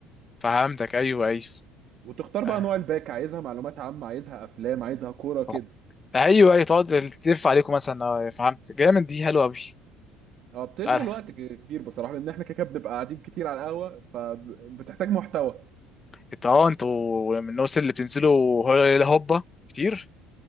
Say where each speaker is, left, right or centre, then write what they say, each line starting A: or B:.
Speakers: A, on the left (about 20°); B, on the right (about 50°).
A: فهمتك ايوه ايوه
B: وتختار بقى
A: آه.
B: نوع الباك عايزها معلومات عامه عايزها افلام عايزها كوره كده
A: أوك. ايوه ايوه تقعد تلف عليكم مثلا آه، فهمت جامد دي حلوه قوي
B: اه بتشغل
A: آه.
B: وقت ك- كبير بصراحه لان احنا كده كده بنبقى قاعدين كتير على القهوه فبتحتاج محتوى
A: انتوا اه انتوا من الناس اللي بتنزلوا هلا هوبا كتير